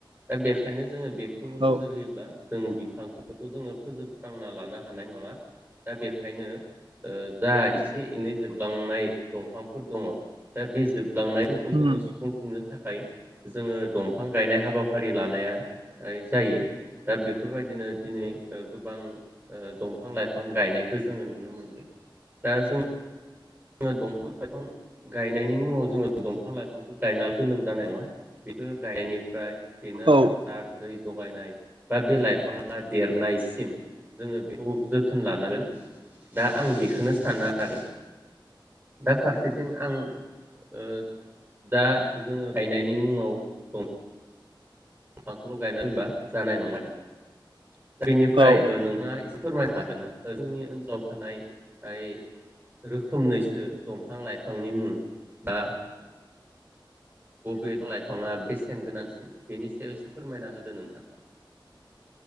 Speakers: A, on the right; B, on the right.
A: दा बेख खायनो जोङो बेख खौ
B: औ
A: नोजोर होयोब्ला जों बिफांखौ जोङो। <unintelligible> ना लानो हानाय नङा दा बेखायनो ओह जा एसे एनै जोबलांनाय दंफांफोर दङ दा बे जोब लांनायफोरखौ जोङो
B: उम
A: सुफुंफिननो थाखाय। जोङो दंफां गायनाय हाबाफारि लानाया जायो दा बेफोरबायदिनो दिनै। ओह गोबां ओह दंफां लाइफां गायनायखो जोङो नुनो मोनदो दा जों। ङो दंफां लाइफां गायनायनि मुङाव जोङो दंफां लाइफांखो गायनाल दोनोबा जानाय नङा बेखो गायनायनिफ्राय। बेनो
B: औ
A: हासार दै। जगायनाय बा बे लाइफाङा देरनायसिम जोङो बेखौ जोथोन लानांगोन दा आं बेखोनो सानाआरो। दा फारसेथिं आं ओह दा जोङो गायनायनि मुङाव दं दंफांखोल गायनानै दोनबा जानाय नङाआरो। दा इनिफ्राय
B: औ
A: ओह नोंथाङा इस फोरमाय हागोना जोंनि ओनसोलाव थानाय याय रोखोमनैसो दंफां लाइफांनि मुं बा। बबे द लाइफाङा बेसेन गोनांसिन बेनिसायाव एसे फोरमायना होदो नोंथां।